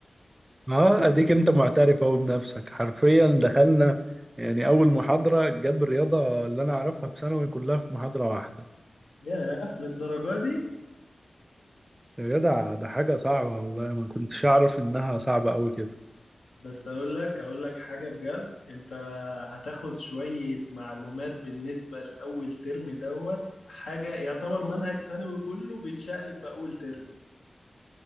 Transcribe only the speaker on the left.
ياه للدرجه دي
بس اقول لك اقول لك حاجه بجد انت هتاخد شويه معلومات بالنسبه لاول ترم دوت حاجه يعتبر منهج ثانوي كله بيتشقلب في اول ترم